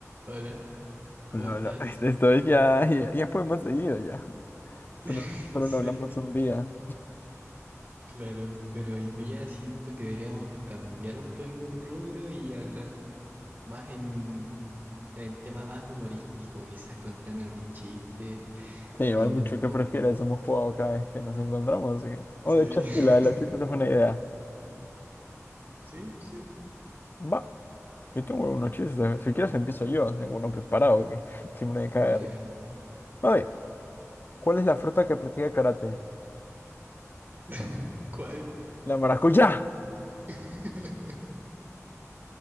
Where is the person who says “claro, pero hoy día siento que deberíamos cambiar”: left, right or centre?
Right